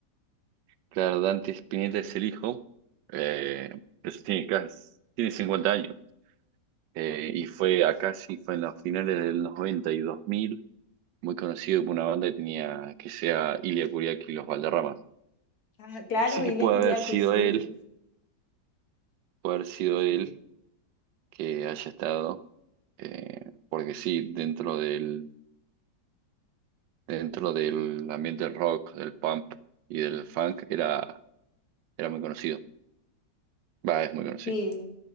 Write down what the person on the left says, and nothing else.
Ah, claro,
Ilia
Kuriaki,
sí.
Sí.
Sí,